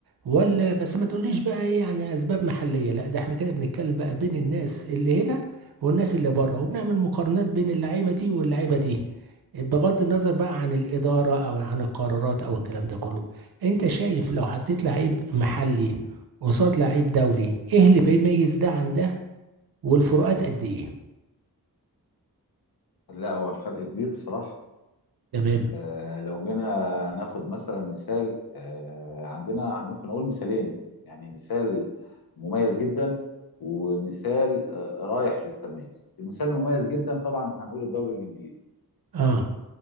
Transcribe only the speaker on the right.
ولا بس ما تقوليش بقى ايه يعني اسباب محلية لا ده احنا كده بنتكلم بقى بين الناس اللي هنا والناس اللي بره وبنعمل مقارنات بين اللعيبة دي واللعيبة دي بغض النظر بقى عن الإدارة أو عن القرارات أو الكلام ده كله أنت شايف لو حطيت لعيب محلي قصاد لعيب دولي إيه اللي بيميز ده عن ده والفروقات قد إيه
تمام
آه